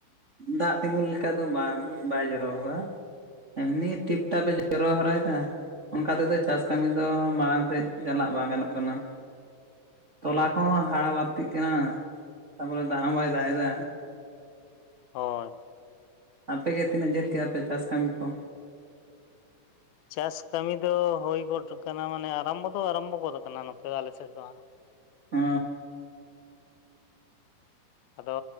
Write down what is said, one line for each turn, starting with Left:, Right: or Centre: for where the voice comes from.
Right: ᱫᱟᱜ ᱛᱤᱸᱜᱩᱱ ᱞᱮᱠᱟ ᱫᱚ ᱵᱟᱝ ᱵᱟᱭ ᱡᱚᱨᱚᱣ ᱠᱟᱫᱟ ᱮᱢᱱᱤᱼᱼ ᱴᱤᱯ ᱴᱟᱯᱮ ᱡᱚᱨᱚ ᱦᱚᱨᱟᱭ ᱮᱫᱟ ᱚᱱᱠᱟ ᱛᱮᱫᱚ ᱪᱟᱥ ᱠᱟᱹᱢᱤ ᱫᱚ ᱢᱟᱲᱟᱝᱼᱼ ᱥᱮᱫ ᱪᱟᱞᱟᱜ ᱵᱟᱝ ᱜᱟᱱᱚᱜ ᱠᱟᱱᱟ ᱛᱚᱞᱟ
Left: ᱦᱩᱸ
Right: ᱠᱚᱦᱚᱸ ᱦᱟᱲᱟ ᱵᱟᱼᱼ ᱲᱛᱤᱜ ᱠᱟᱱᱟ ᱛᱟᱯᱚᱨᱮ ᱫᱟᱜ ᱦᱚᱸ ᱵᱟᱭ ᱫᱟᱜ ᱮᱫᱟ,
Left: ᱦᱳᱭ
Right: ᱟᱯᱮᱜᱮ ᱛᱤᱱᱟᱹᱜ ᱡᱟᱹᱞ ᱠᱮᱜᱼᱟ ᱯᱮ ᱪᱟᱥ ᱠᱟᱹᱢᱤ ᱠᱚ?
Left: ᱪᱟᱥ ᱠᱟᱹᱢᱤ ᱫᱚ ᱦᱩᱭ ᱜᱚᱫ ᱟᱠᱟᱱᱟ ᱢᱟᱱᱮ ᱟᱨᱟᱢᱵᱚ ᱫᱚ ᱟᱨᱟᱢᱵᱚ ᱜᱚᱫ ᱟᱠᱟᱱᱟ ᱱᱚᱛᱮ ᱟᱞᱮᱥᱮᱫ ᱫᱚ
Right: ᱚᱻ
Left: ᱟᱫᱚ